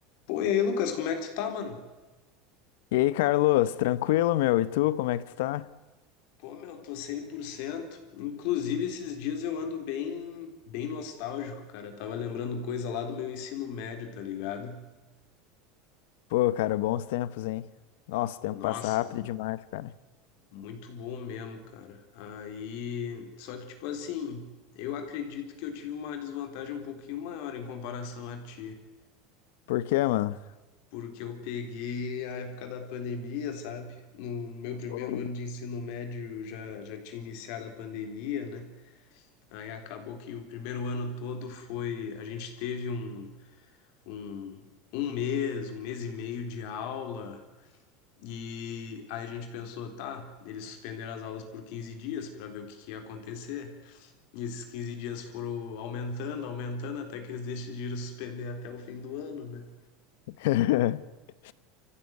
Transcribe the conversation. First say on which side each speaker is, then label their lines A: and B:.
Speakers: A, on the left (about 60°); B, on the left (about 75°).
A: Pô, e aí, Lucas, como é que tu tá, mano?
B: E aí, Carlos, tranquilo, meu? E tu, como é que tu tá?
A: Pô, meu, tô 100%. Inclusive, esses dias eu ando bem, bem nostálgico, cara. Eu tava lembrando coisa lá do meu ensino médio, tá ligado?
B: Pô, cara, bons tempos, hein? Nossa, o tempo
A: Nossa,
B: passa rápido demais, cara.
A: muito bom mesmo, cara. Aí, só que tipo assim, eu acredito que eu tive uma desvantagem um pouquinho maior em comparação a ti,
B: Por quê, mano?
A: porque eu peguei a época da pandemia, sabe? No no meu primeiro
B: Pô.
A: ano de ensino médio já já tinha iniciado a pandemia, né? Aí acabou que o primeiro ano todo foi. A gente teve um, um, um mês, um mês e meio de aula. E aí a gente pensou, tá, eles suspenderam as aulas por 15 dias para ver o que, que ia acontecer. E esses 15 dias foram aumentando, aumentando, até que eles decidiram suspender até o fim do ano, né?
B: <laughs>